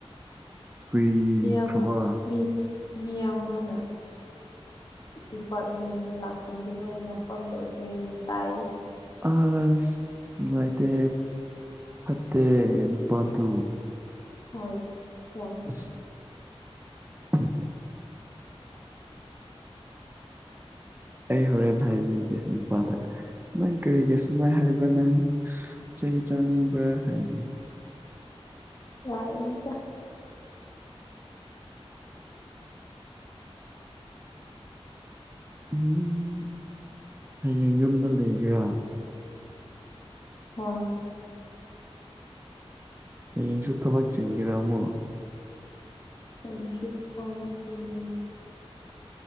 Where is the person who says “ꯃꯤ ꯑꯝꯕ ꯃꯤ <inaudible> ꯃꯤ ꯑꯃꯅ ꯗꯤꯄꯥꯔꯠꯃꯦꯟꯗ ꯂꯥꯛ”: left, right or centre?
Left